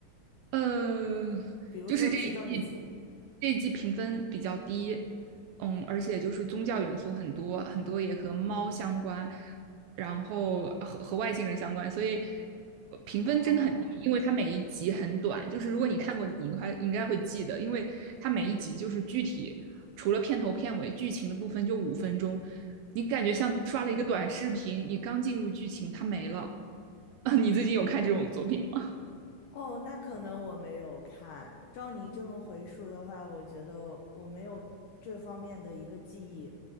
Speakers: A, on the right; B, on the left.
A: 呃，
B: 比如说其中一集。
A: 就是这一季这一季评分比较低，嗯，而且就是宗教元素很多，很多也和猫相关，然后和和外星人相关，所以呃评分真的很低，
B: 哦，
A: 因为它每一集很短，就是如果你看过，你应该应该会记得，因为它每一集就是具体除了片头片尾剧情的部分就五分钟，你感觉像刷了一个短视频，你刚进入剧情它没了，<laughs> 啊，你最近有看这种作品吗？
B: 哦，那可能我没有看。照你这么回述的话，我觉得我没有这方面的一个记忆，